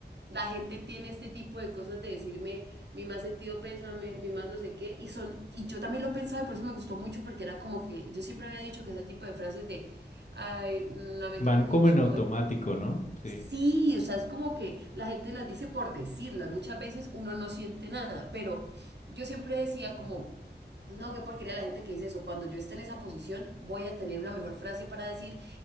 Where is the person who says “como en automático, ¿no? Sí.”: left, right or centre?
Left